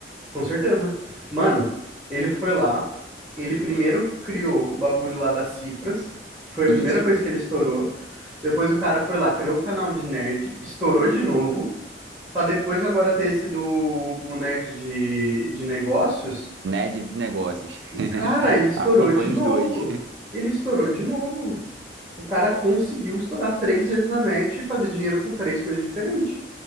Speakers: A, in the centre; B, on the right (about 80°).
A: Com certeza. Mano, ele foi lá, ele primeiro criou o bagulho lá das cifras, que foi a
B: Isso,
A: primeira coisa que ele estourou. Depois o cara foi lá, criou o canal de nerd, estourou de novo, pra depois agora ter esse do o nerd de, de negócios.
B: nerd de negócios.
A: E, cara, ele estourou
B: Acompanhe
A: de novo.
B: os dois.
A: Ele estourou de novo. O cara conseguiu estourar três vezes na net e fazer dinheiro com três coisas diferentes.